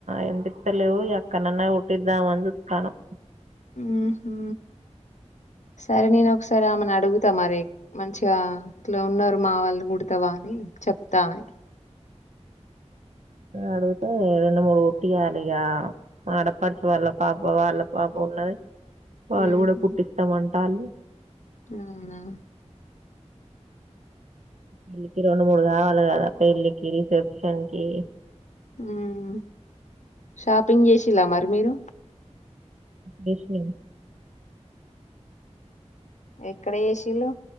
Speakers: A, on the right; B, on the left.
A: ఎం దికు తెలివు ఎక్కనన్న కుట్టిద్దా అని సుతానం
B: మ్ హు సరే నేను ఒకసారి ఆమెను అడుగుతా మరే మంచిగా ఇట్లా ఉన్నారు మా వాళ్ళు కుడతావా అని చెప్తా ఆమెకి
A: అడుగితే రెండు మూడు కుట్టియాలి ఇగా ఆడపడుచు వాళ్ళ పాప వాళ్ళ పాప ఉన్నది వాళ్ళు
B: ఉహు
A: కూడా కుట్టితం తాళ్లి
B: అవునా
A: ళ్ళికి రెండు మూడు కావాలి కదా పెళ్ళికి రిసెప్షన్ కి
B: ఉమ్ షాపింగ్ చేసిల్లా మరి మీరు
A: చేసినాం
B: ఎక్కడ చేసింళ్ళు